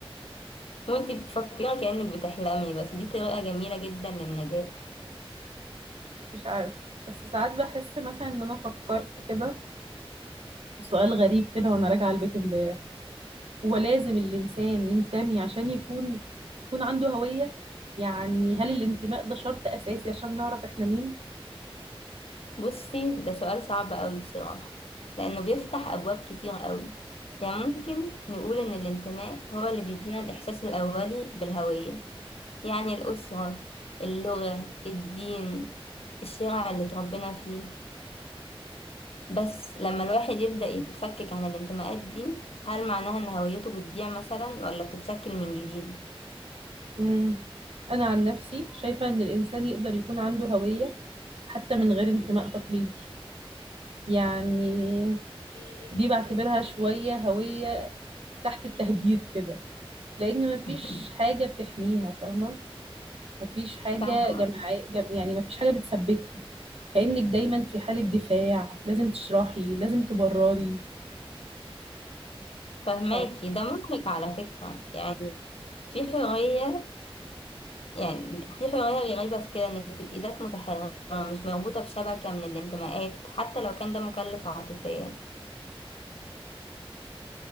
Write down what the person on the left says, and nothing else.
وانتي بتفكري كأنك بتحلمي بس دي طريقة جميلة جدا للنجاة
بصي ده سؤال صعب قوي بصراحة لأنه بيفتح أبواب كتير قوي يعني ممكن نقول إن الانتماء هو اللي بيدينا الإحساس الأولي بالهوية يعني الأسرة اللغة الدين الشارع اللي اتربينا فيه بس لما الواحد يبدأ يتفكك عن الانتماءات دي هل معناها إن هويته بتضيع مثلا ولا بتتشكل من جديد؟
<laughs>
فاهمة
فهماكي
ده مرهق على فكرة يعني في حرية يعني في حرية غريبة في كده انك تبقي ذات متحررة مش مربوطة بشبكة من الانتماءات حتى لو كان ده مكلف عاطفيا